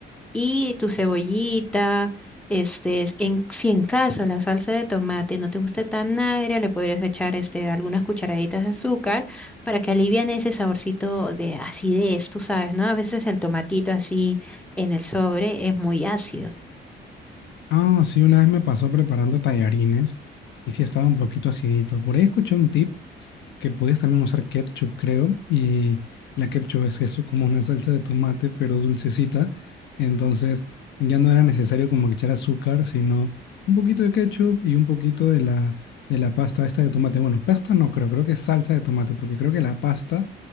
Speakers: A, in the centre; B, on the left.
A: y tu cebollita, este, en, si en caso la salsa de tomate no te guste tan agria, le podrías echar este, algunas cucharaditas de azúcar para que alivian ese saborcito de acidez, tú sabes, ¿no? A veces el tomatito así en el sobre es muy ácido.
B: Ah, sí, una vez me pasó preparando tallarines y sí estaba un poquito acidito. Por ahí escuché un tip que podías también usar ketchup, creo, y la ketchup es eso, como una salsa de tomate, pero dulcecita, entonces ya no era necesario como echar azúcar, sino un poquito de ketchup y un poquito de la, de la pasta esta de tomate. Bueno, pasta no creo, creo que es salsa de tomate, porque creo que la pasta,